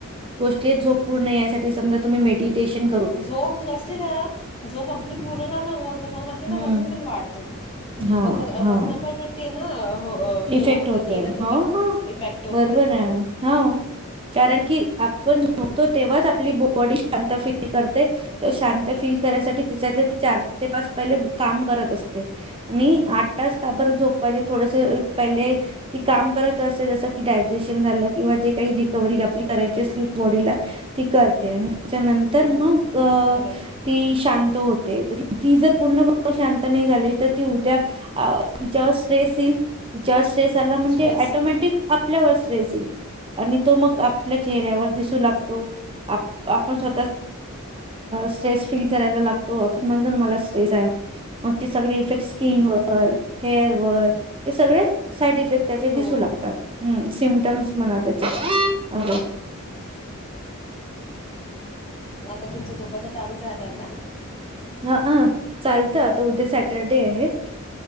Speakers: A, on the right; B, on the left.
A: गोष्टी झोप पूर्ण यायसाठी‌ समजा तुम्ही मेडटेशन
B: झोप नसली ना झोप आपली पूर्ण नाय ना होत मग आपल
A: हम्म
B: वजन पण वाढत.
A: हा
B: वजन..
A: हा
B: वजनाप पण ते... न... हो... त..
A: इफेक्ट
B: होत
A: होते
B: की ना तु
A: हो हो
B: इफेक्ट होतय.
A: बरोबर आहे हा कारण की आपण झोपतो तेव्हाच आपली बॉडी शांत फील करते. शांत फील करायसाठी त्याच्यातले तिच्या त चार ते पाच पहिले काम करत असते. आणि आठ तास का बर झोप पाहिजे थोडेसे पहिले... ती काम करत असते जसं की डायजेशन झालं किंवा जे काही रिकवर्ही आपली करायची असली बॉडीला.. ती करते आणि त्याच्यानंतर
B: हम्म,
A: मगअ...
B: बरोबर
A: ती शांत होते. तर ती जर पूर्णपणे शांत नाही झाली तर ती उद्या.. तिच्यावर स्ट्रेस येईल. तिच्यावर स्ट्रेस आला म्हणजे
B: स्ट्रेस
A: टोमॅटिक... आपल्यावर स्ट्रेस येईल. आणि तो मग आपल्या चेहऱ्यावर दिसू लागतो. आ... आपण स्वतःअ..... स्ट्रेस फील करायला लागतो आपण म्हणतो ना मला स्ट्रेस आहे. मग ते सगळे इफेक्ट स्किन वर, हेअर वर हे सगळे... साईट इफेक्ट जे
B: हो
A: दिसू
B: हो हो.
A: लागतात. हम्म. सिमटम्स म्हणा त्याचे. अ.....
B: आता तुमचा झोपाचा टाईम झाला का?
A: हा... अ.. चालतं आता उद्या सॅटरडे आहे.